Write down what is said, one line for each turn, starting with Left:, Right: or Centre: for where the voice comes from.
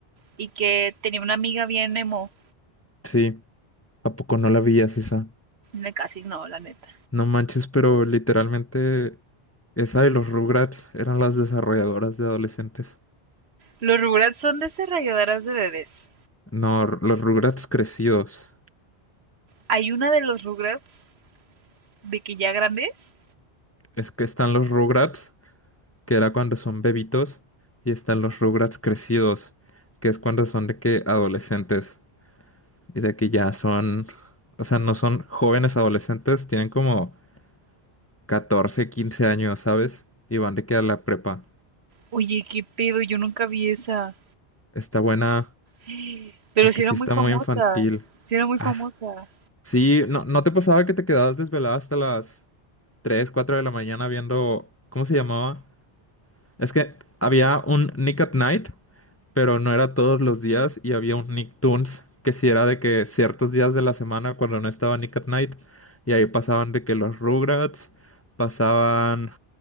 Right: y que tenía una amiga bien emo.
Left: Sí, ¿a poco no la veías esa?
Right: No, Casi no, la neta.
Left: No manches, pero literalmente esa y los Rugrats eran las desarrolladoras de adolescentes.
Right: Los Rugrats son de esas rayadoras de bebés.
Left: No, r- los Rugrats crecidos.
Right: Hay una de los Rugrats de que ya grandes.
Left: Es que están los Rugrats, que era cuando son bebitos, y están los Rugrats crecidos, que es cuando son de que adolescentes. Y de que ya son, o sea, no son jóvenes adolescentes, tienen como 14 15 años, ¿sabes? Y van de que a la prepa.
Right: Oye, qué pedo, yo nunca vi esa.
Left: Está buena,
Right: <gasps> Pero
Left: aunque
Right: sí era
Left: sí
Right: muy
Left: está
Right: famosa.
Left: muy infantil.
Right: Sí era muy
Left: Ah,
Right: famosa.
Left: sí, no, ¿no te pasaba que te quedabas desvelada hasta las 3 4 de la mañana viendo, ¿cómo se llamaba? Es que había un Nick at Night pero no era todos los días y había un Nicktoons que sí era de que ciertos días de la semana cuando no estaba Nick at Night y ahí pasaban de que los Rugrats, pasaban